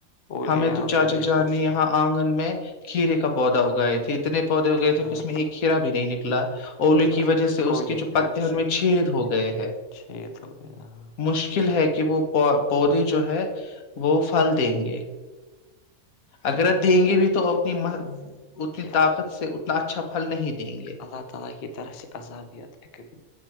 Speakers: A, on the left; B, on the left.
A: اولے
B: ہمیں
A: یہاں
B: تو چاچا
A: پر بھی
B: جان
A: پرسی
B: نے یہاں آنگن میں کھیرے کا پودا اگائے تھے اتنے پودے ہو گئے تھے
A: ہاں
B: کہ اس میں ایک کھیرا بھی نہیں نکلا الیے
A: نکلا
B: کی
A: کیونکہ
B: وجہ سے اس
A: اولے
B: کی جو پتے
A: وجہ
B: ان
A: سے
B: میں چھید ہو گئے ہیں
A: شہید ہو گیا ہاں
B: م مشکل ہے کہ وہ پودے جو ہے وہ پھل دیں گے اگر دیں گے بھی تو انی اتنی
A: یہ
B: طاقت سے اتنا اچھا پھل نہیں دیں گے
A: اللہ تعالی کی طرف سے عذابیت پہ کبھی